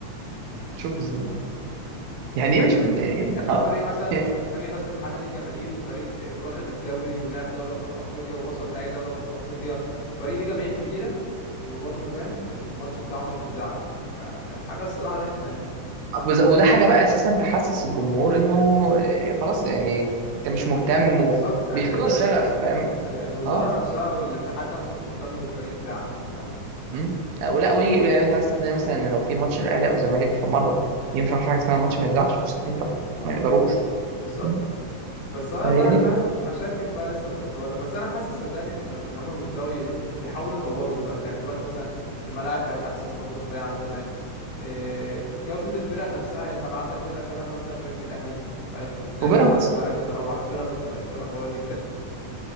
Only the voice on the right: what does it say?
تشوف الذمة يعني
ايه مش بت-
يعني ايه
اه
<laughs>
بز- وده حاجه بقى اساسا تحسس الجمهور انه آه، خلاص يعني انت مش
مهتم وبيفقدوا
الشغف فاهم
يعني
خلاص
مم. أو لا وي يعني انت عايز تقنعني مثلا ان لو في ماتش الاهلي او الزمالك في مره ينفع في حاجه اسمها الماتش ما يتذاعش مستحيل طبعا
ما
يقدروش
مم.
فهي
دي الفكرة.
وبيراميدز